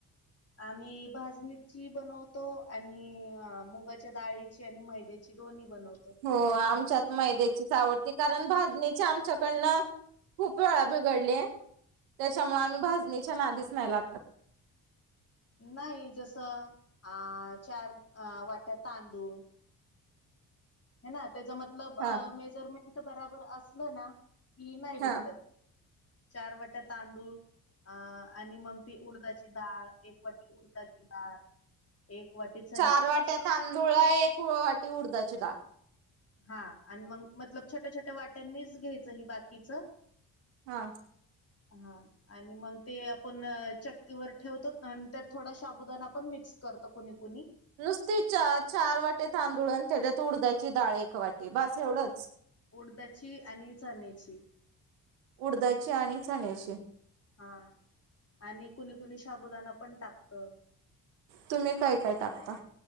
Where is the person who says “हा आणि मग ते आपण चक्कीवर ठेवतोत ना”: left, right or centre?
Left